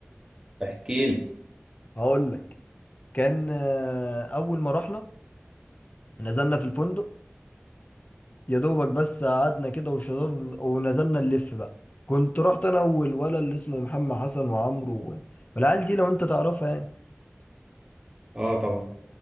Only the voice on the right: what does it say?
احكي لي
اه طبعا